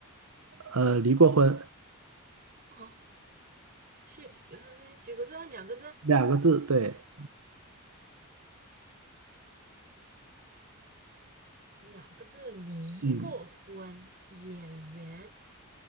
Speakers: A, on the right (about 75°); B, on the right (about 40°).
A: 呃，离过婚，
B: 啊，谢霆，呃，几个字？两个字？
A: 两个字，对，
B: 两个字离过婚，
A: 嗯，
B: 演员